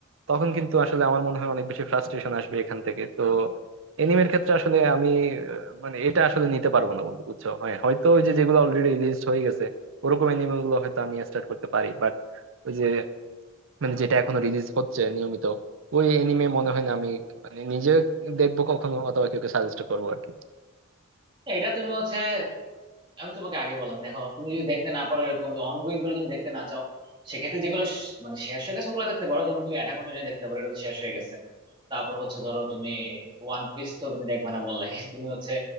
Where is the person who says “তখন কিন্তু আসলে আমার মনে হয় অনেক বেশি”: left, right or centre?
Right